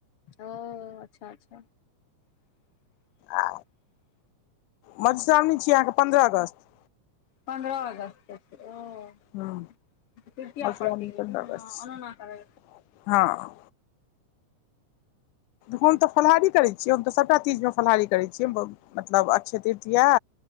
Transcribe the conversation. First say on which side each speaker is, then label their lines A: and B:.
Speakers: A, on the left (about 55°); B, on the left (about 85°).
A: ओ अच्छा, अच्छा
B: आ मधुश्रावणी छी अहाँकेँ पन्द्रह अगस्त
A: पन्द्रह अगस्त के छै, ओ
B: हँ
A: तृतीया
B: मधुश्रावणी
A: पड़ती
B: पन्द्रह
A: अनोना
B: अगस्त छै
A: करे
B: हँ। हम तऽ फलाहारी करे छियै हम तऽ सभटा चीजमे फलाहारी करे छियै मतलब, अक्षय तृतीया।